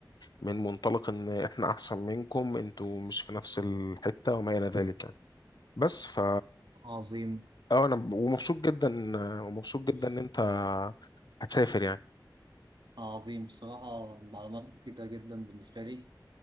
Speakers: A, on the left (about 65°); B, on the right (about 75°).
A: من منطلق ان احنا احسن منكم انتوا مش في نفس الحتة وما الى ذلك يعني بس ف
B: عظيم
A: اه انا ومبسوط جدا ومبسوط
B: ماشي.
A: جدا ان انت هتسافر يعني
B: عظيم بصراحة معلومات مفيدة جدا بالنسبة لي